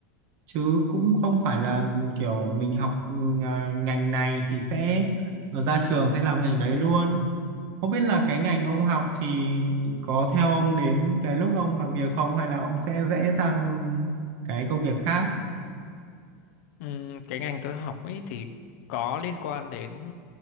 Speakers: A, on the right; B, on the left.
A: chứ cũng không phải là kiểu mình học ừ, à, ngành này thì sẽ ra trường sẽ làm ngành đấy luôn không biết là cái ngành ông học thì có theo ông đến cái lúc ông làm việc không hay là ông sẽ rẽ sang cái công việc khác
B: ừ, cái ngành tôi học ấy thì có liên quan đến